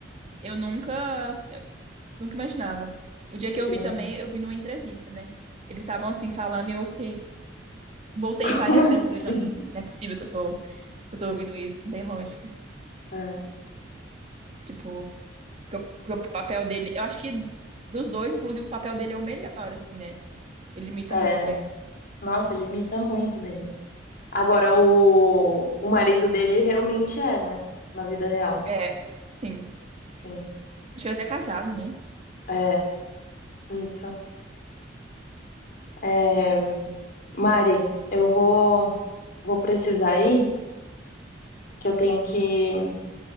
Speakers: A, on the right (about 35°); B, on the left (about 50°).
A: eu nunca, nunca imaginava. O dia que
B: sim.
A: eu vi também, eu vi numa entrevista, né? Eles estavam assim falando e eu fiquei, voltei
B: <laughs>
A: várias
B: Como
A: vezes.
B: assim?
A: Falei, não, não é possível que eu tô, que eu tô ouvindo isso, não tem lógica.
B: É,
A: Tipo, porque o porque o papel dele, eu acho que dos dois, inclusive, o papel dele é o melhor, assim, né? Ele imita
B: é,
A: muito bem.
B: é. Nossa, ele imita muito bem. Agora, o, o marido dele realmente é, né? Na vida real,
A: É, sim.
B: sim.
A: Acho que ele é até casado, né?
B: É, isso. É, Mari, eu vou, vou precisar ir, que eu tenho que ir